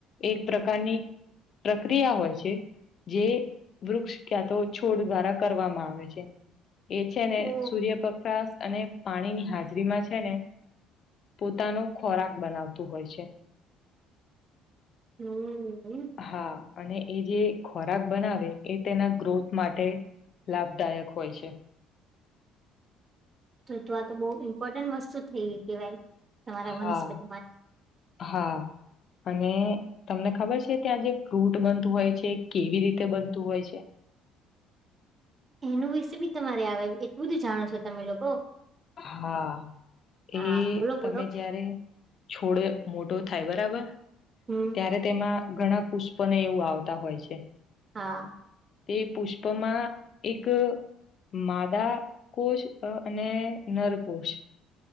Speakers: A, on the left; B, on the right.
A: એક પ્રકારની. પ્રક્રિયા હોય, છે. જે વૃક્ષ, ક્યાં તો છોડ દ્વારા કરવામાં આવે છે. એ છેને,
B: ઓ
A: સૂર્યપપશ અને પાણી ની હાજરીમાં છે ને. પોતાનો ખોરાક, બનાવતું હોય છે
B: <unintelligible>
A: હા અને એ જે ખોરાક બનાવે, એ તેના ગ્રોથ માટે લાભદાયક, હોય છે.
B: જતવા, તો બહ ઇમ્પોર્ટન્ટ વસ્તુ થઈ, ગઈ કે ભાઈ. તમારા,
A: હા
B: વનસ્પતિ માટે
A: હા. અને તમને ખબર છે, ત્યાં જે ફ્રૂટ બનતું હોય, છે કેવી રીતે બનતું હોય છે. <unintelligible>
B: એનું વિશે બી, તમારે આવે એટલું બધું જાણો છો, તમે લોકો.
A: હા,
B: હા
A: એ
B: બોલો
A: તમે
B: બોલો
A: જયારે છોડ મોટો થાય બરાબર,
B: હમ
A: ત્યારે તેમાં ઘણા પુષ્પને એવું આવતા હોય છે.
B: હા.
A: તે પુષ્પમાં એક માદા કોશ, અને નરકોશ